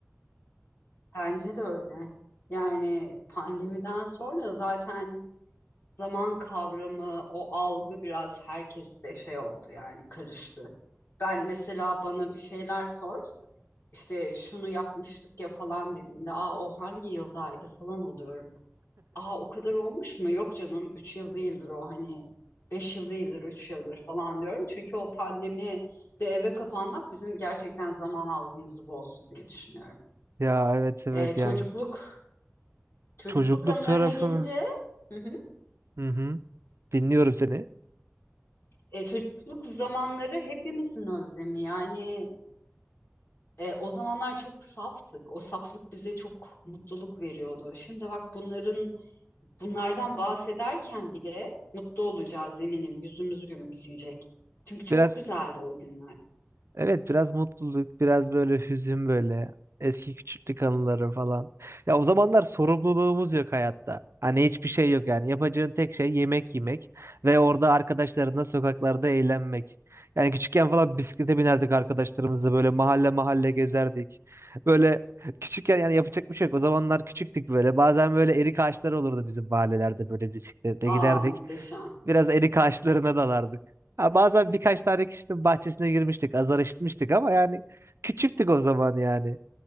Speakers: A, on the left; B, on the right.
A: Bence de öyle. Yani pandemiden sonra zaten zaman kavramı, o algı biraz herkeste şey oldu yani karıştı. Ben mesela bana bir şeyler sor, işte şunu yapmıştık ya falan dediğinde, aa o hangi yıldaydı falan oluyorum. Aa o kadar olmuş mu? Yok canım 3 yıl değildir o hani 5 yıl değildir 3 yıldır falan diyorum. Çünkü o pandemi de eve kapanmak bizim gerçekten zaman algımızı bozdu diye düşünüyorum.
B: Ya evet evet
A: Ee, çocukluk
B: yani
A: çocukluk
B: çocukluk
A: anılarına
B: tarafını.
A: gelince Hı hı.
B: Hı hı. Dinliyorum seni.
A: e, çocukluk zamanları hepimizin özlemi. Yani e, o zamanlar çok saftık. O saflık bize çok mutluluk veriyordu. Şimdi bak bunların Bunlardan bahsederken bile mutlu olacağız eminim. Yüzümüz gülümseyecek. Çünkü çok
B: Biraz
A: güzeldi o günler.
B: Evet biraz mutluluk, biraz böyle hüzün böyle. Eski küçüklük anıları falan. Ya o zamanlar sorumluluğumuz yok hayatta. Hani hiçbir şey yok yani. Yapacağın tek şey yemek yemek ve orada arkadaşlarınla sokaklarda eğlenmek. Yani küçükken falan bisiklete binerdik arkadaşlarımızla böyle mahalle mahalle gezerdik. Böyle küçükken yani yapacak bir şey yok. O zamanlar küçüktük böyle. Bazen böyle erik ağaçları olurdu bizim mahallelerde böyle bisikletle giderdik.
A: Aa muhteşem.
B: Biraz erik ağaçlarına dalardık. Ha, bazen birkaç tane kişinin bahçesine girmiştik. Azar işitmiştik ama yani küçüktük o zaman yani.